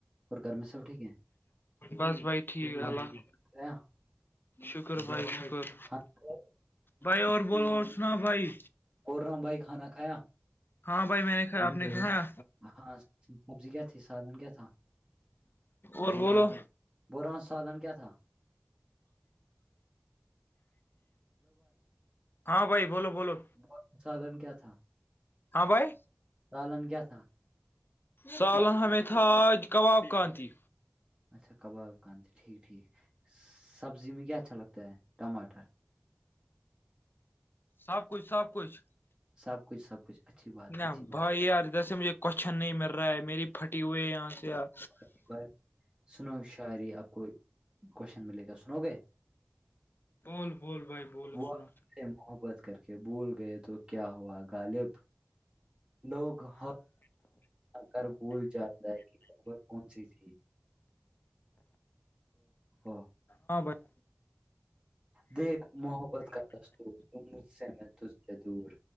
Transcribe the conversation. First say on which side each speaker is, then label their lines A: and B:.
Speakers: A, on the right; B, on the left.
A: اور گھر میں سب ٹھیک ہے
B: بس بھائی ٹھیک
A: ہاں
B: اللہ
A: بھائی،
B: ح
A: کھایا
B: شکر بھائی بائی
A: کھانا کھایا؟
B: بھائی اور بول اور سنا بھائی
A: کوور رام بھائی کھانا کھایا
B: ہاں بھائی میں نے کا آپ نے کھایا
A: ہاں سبزی کیا تھی سالن کیا تھا
B: اور بولو
A: بور سالن کیا تھا
B: ہاں بھائی بولو بولو
A: م سالن کیا تھا
B: ہاں بھائی
A: سالن کیا تھا
B: سالن ہممییں تھاج کباب کانتی
A: اچھا کباب کانتی ٹھیک ٹھیک سبزی میں کیا اچھا لگتا ہے ٹماٹر
B: سب کچھ سب کچھ
A: سب کچھ سب کچھ اچھی بات
B: ن
A: ہے اچھی بات
B: بھائی یار جیسے مجھے کوشچن نہیں مل رہا ہے میری پھٹی ہوئے یہاں سے یار
A: ایک بار سنو شاعری آپ کو کوشچن ملے گا سنو گے
B: بول بول بھائی بول اس
A: وہ
B: سنت
A: ہم سے محبت کر کے بھول گئے تو کیا ہوا غالب لوگ ہ کر بول جاتا ہے کہ خبر کون جی جی ا
B: ہاں بت
A: دیکھ محبت کرسس مجھ سے میں سے دور